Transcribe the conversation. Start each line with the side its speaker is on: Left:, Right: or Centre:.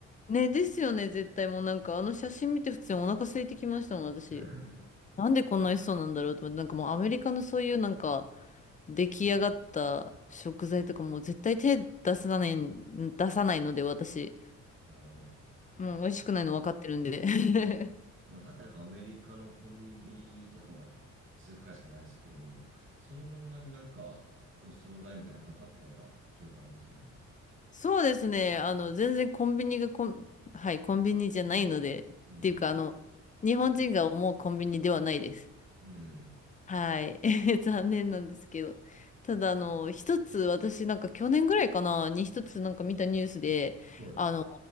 Left: ね、ですよね、絶対もうなんかあの写真見て普通にお腹空いてきましたもん、私。
Right: <laughs>
Left: なんでこんな美味しそうなんだろうと思って、なんかもうアメリカのそういうなんか出来上がった食材とかもう絶対手出さない、出さないので私、
Right: あの、
Left: もう美味しくないの分かってるんで。<laughs>
Right: まあ、なかなかアメリカのコンビニ、ちょっとまあ、数回しかないですけども、そんなになんか、お惣菜みたいなのなかったような記憶ありますね。
Left: そうですね、あの全然コンビニがコン、はい、コンビニじゃないので、
Right: メニューね
Left: っていうかあの、日本人が思うコンビニではないです。
Right: う
Left: はい。<laughs> 残念なんですけど。ただ、あの、一つ、私、なんか去年ぐらいかな、に一つなんか見たニュースで、
Right: ん。はい。
Left: あの、